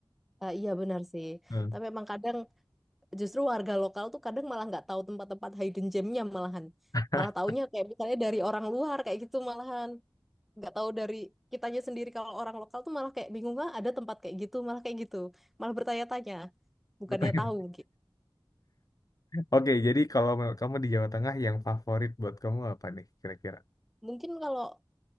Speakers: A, in the centre; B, on the left.
A: ah iya benar sih.
B: Hmm.
A: Tapi emang kadang justru warga lokal tuh kadang malah nggak tahu tempat-tempat hidden gemnya malahan.
B: <laughs>
A: Malah taunya kayak misalnya dari orang luar kayak gitu malahan. Nggak tahu dari kitanya sendiri kalau orang lokal tuh malah kayak bingung ah ada tempat kayak gitu malah kayak gitu. Malah bertanya-tanya bukannya
B: Bertanya.
A: tahu. gitu
B: Oke, jadi kalau me- kamu di Jawa Tengah yang favorit buat kamu apa nih kira-kira?
A: Mungkin kalau